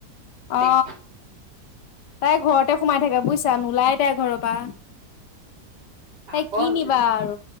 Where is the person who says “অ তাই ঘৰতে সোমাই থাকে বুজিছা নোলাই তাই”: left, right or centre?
Left